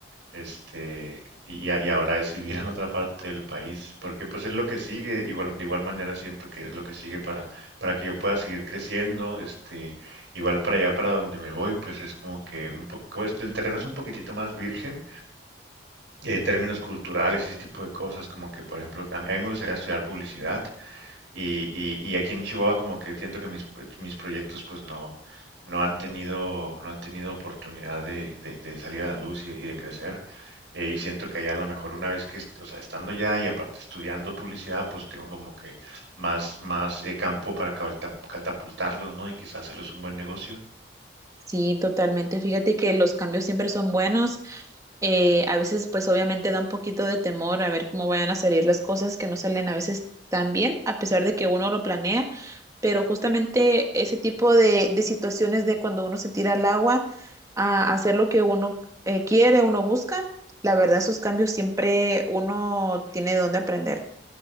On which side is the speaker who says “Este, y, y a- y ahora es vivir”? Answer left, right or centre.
Right